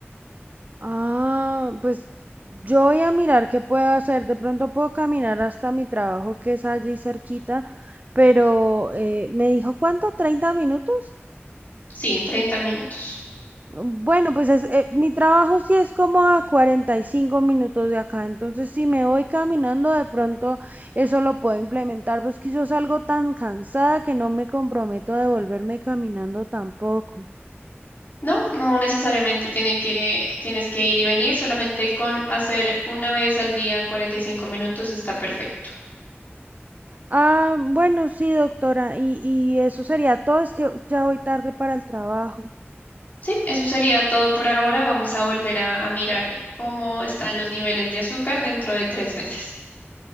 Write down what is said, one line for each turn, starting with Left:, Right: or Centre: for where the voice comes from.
Right: Ah, pues yo voy a mirar qué puedo hacer. De pronto puedo caminar hasta mi trabajo que es allí cerquita, pero eh, me dijo, ¿cuánto? treinta minutos?
Left: Sí, 30 minutos.
Right: Bueno, pues es, eh, mi trabajo sí es como a 45 minutos de acá, entonces si me voy caminando de pronto eso lo puedo implementar, pues que yo salgo tan cansada que no me comprometo a devolverme caminando tampoco.
Left: No, no necesariamente tiene que, tienes que ir y venir, solamente con hacer una vez al día 45 minutos está perfecto.
Right: Ah, bueno, sí, doctora, y, y eso sería todo, es que ya voy tarde para el trabajo.
Left: Sí, eso sería todo por ahora. Vamos a volver a, a mirar cómo están los niveles de azúcar dentro de tres meses.